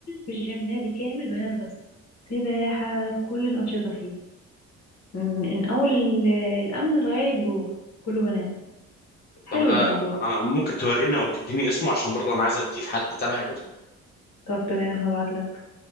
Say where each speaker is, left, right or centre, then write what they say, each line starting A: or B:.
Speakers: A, on the left; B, on the left.
A: مش جيم نادي كامل بنات بس سباحة كل الأنشطة فيه من, من أول ال- الأمن لغاية جوه كله بنات حلو
B: طب لا
A: الموضوع
B: انا ممكن تورينا وتديني اسمه عشان برضه انا عايز اديه لحد تبعي برضه
A: طب تمام هبعتلك